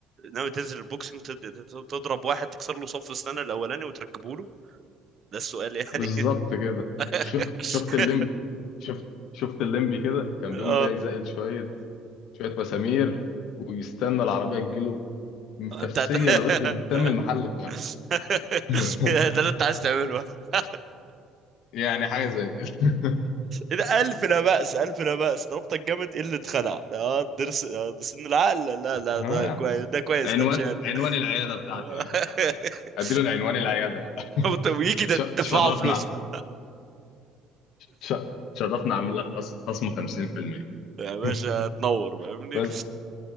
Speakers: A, on the right; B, on the left.
A: ناوي تنزل البوكسنج تد- تد- تضرب واحد تكسر له صف اسنانه الاولاني وتركبه له ده السؤال يعني
B: بالظبط كده
A: <laughs>
B: شو شفت الليمبي شفت شفت الليمبي كده كان
A: اه
B: بيقوم جاي زائل شوية شوية مسامير ويستنى العربية تجيله مفسية
A: انت <laughs> <laughs>
B: لغاية قدام المحل بتاعه <laughs>
A: ده اللي انت عايز تعمله <laughs>
B: يعني حاجة زي كده <laughs>
A: إيه ده ألف لا بأس ألف لا بأس ضربت الجامد إيه اللي اتخلع اه درس آه، ده سن العقل لا لا
B: آه.
A: ده كويس ده كويس
B: عنوان
A: ده اتشال
B: عنوان العيادة بتاعتي
A: <laughs>
B: يعني اديله العنوان العيادة بقى
A: طب ويجي
B: <laughs>
A: ده
B: تش-
A: دفعوا
B: تشرفنا
A: فلوسها
B: تش- تشرفنا اعمل لك خص- خصم 50%
A: يا باشا
B: <laughs>
A: تنور فاهمني
B: بس